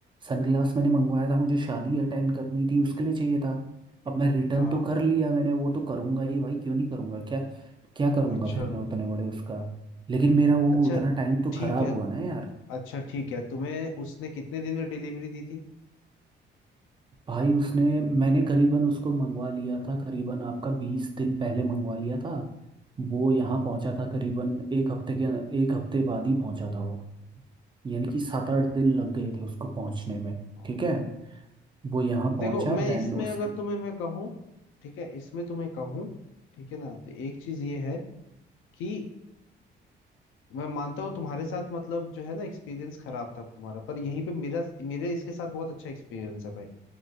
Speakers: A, on the right (about 25°); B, on the left (about 85°).
A: सनग्लास मैंने मंगवाया था मुझे शादी अटेंड करनी थी उसके लिए चाहिए था अब मैं रिटर्न
B: हाँ
A: तो कर लिया मैंने वो तो करूंगा ही भाई क्यों नहीं करूंगा क्या क्या करूंगा
B: अच्छा
A: फिर मैं उतने बड़े उसका लेकिन मेरा वो
B: अच्छा
A: उतना टाइम तो
B: ठीक
A: खराब
B: है
A: हुआ ना यार
B: अच्छा ठीक है तुम्हें उसने कितने दिन में डिलीवरी दी थी
A: भाई उसने मैंने करीबन उसको मंगवा लिया था करीबन आपका बीस दिन पहले मंगवा लिया था वो यहाँ पहुंचा था करीबन एक हफ्ते के एक हफ्ते बाद ही पहुंचा था वो यानी कि सात आठ दिन लग गए थे उसको पहुंचने में
B: हाँ
A: ठीक है वो यहाँ पहुंचा
B: देखो मैं
A: देन
B: इसमें
A: उसकी
B: अगर तुम्हें मैं कहूँ ठीक है इसमें तुम्हें कहूँ ठीक है ना तो एक चीज ये है कि मैं मानता हूँ तुम्हारे साथ मतलब जो है ना एक्सपीरियंस खराब था तुम्हारा पर यहीं पे मेरा मेरे इसके साथ बहुत अच्छा एक्सपीरियंस है भाई